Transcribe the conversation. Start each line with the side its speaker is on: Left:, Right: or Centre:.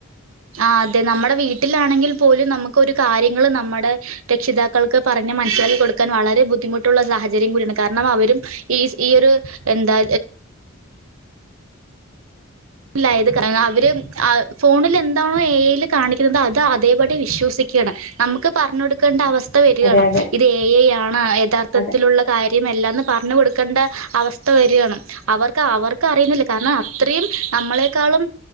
Right: ആ അതെ നമ്മുടെ വീട്ടിലാണെങ്കിൽ പോലും നമുക്ക് ഒരു കാര്യങ്ങൾ നമ്മുടെ രക്ഷിതാക്കൾക്ക് പറഞ്ഞ മനസ്സിലാക്കി കൊടുക്കാൻ വളരെ ബുദ്ധിമുട്ടുള്ള സാഹചര്യം കൂടിയാണ് കാരണം അവരും ഈ ഈ ഒരു എന്താ
Left: <unintelligible>
Right: ലായിത് കാരണം അവര് ഫോണിൽ എന്താണോ എ ഐ ല് കാണിക്കുന്നത് അത് അതേപടി വിശ്വസിക്ക ണം നമുക്ക് പറഞ്ഞ കൊടുക്കേണ്ട അവസ്ഥ വരികയാണ്
Left: അതെ അതെ
Right: ഇത് എഐ ആണ് യഥാർത്ഥത്തിലുള്ള
Left: അതെ
Right: കാര്യം എല്ലാന്ന് പറഞ്ഞു കൊടുക്കേണ്ട അവസ്ഥ വരകയാണ് അവർക്ക് അവർക്ക് അറിയുന്നില്ല കാരണം അത്രയും നമ്മളെക്കാളും